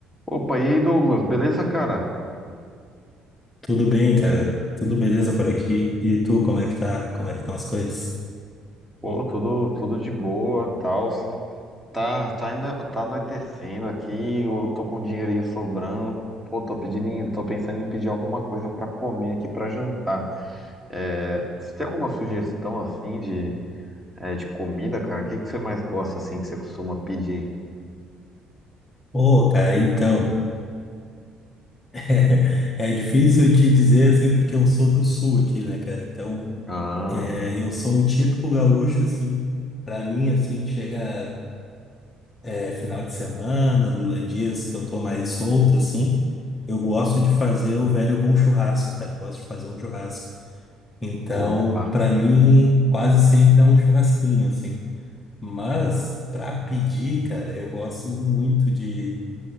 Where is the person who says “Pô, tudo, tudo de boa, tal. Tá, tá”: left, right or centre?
Centre